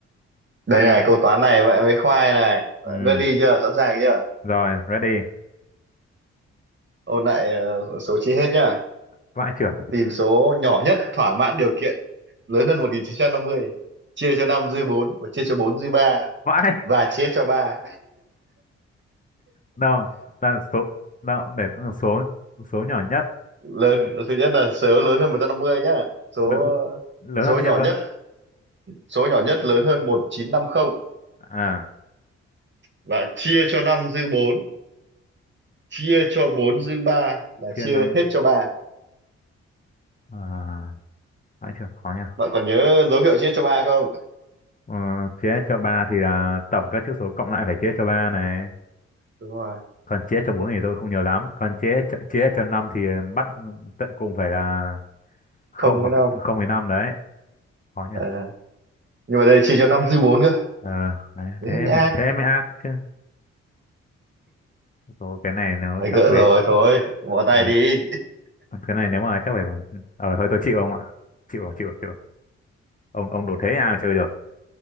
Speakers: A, on the right; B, on the left.
A: đây
B: coi như,
A: này câu toán này vậy với khoai này
B: ừ,
A: ready chưa sẵn sàng chưa
B: rồi, ready.
A: ôn lại ờ, số chi hết nhá
B: Vãi trưởng.
A: tìm số nhỏ nhất thỏa mãn điều kiện lớn hơn 1950 chia cho 5 dư 4 và chia cho 4 dư 3
B: Vãi.
A: và chia cho 3
B: No, là số no, để số số nhỏ nhất
A: lớn
B: ừ.
A: thứ nhất là số lớn hơn 150 nhá số
B: Lớn, lớn
A: số
B: hơn bao
A: nhỏ
B: nhiêu cơ?
A: nhất số nhỏ nhất lớn hơn 1950
B: À,
A: và chia cho 5 dư 4 chia cho 4 dư 3 là chia
B: chia năm
A: hết cho 3
B: à, phải chưa khó nhỉ.
A: bạn còn nhớ dấu hiệu chia cho 3 không
B: Ờ, chia cho ba thì à, tổng các chữ số cộng lại phải chia cho ba này.
A: đúng rồi
B: Còn chia cho bốn thì tôi không nhớ lắm. Còn chia cho- chia cho năm thì bắt tận cùng phải là không
A: không
B: hoặc
A: với 5
B: không với năm đấy. Khó nhỉ.
A: à, nhưng mà đây chia cho 5 dư 4 cơ
B: Ờ, đấy,
A: đấy
B: thế
A: mới
B: mới-
A: ác
B: thế mới ác chứ. Ồ, cái này nó
A: phải
B: chắc
A: gỡ
B: phải
A: rồi thôi bỏ tay
B: ờ,
A: đi
B: cái này nếu mà chắc phải ờ thôi tôi chịu không ạ? Chịu rồi, chịu rồi, chịu rồi. ông ông đủ thế ai mà chơi được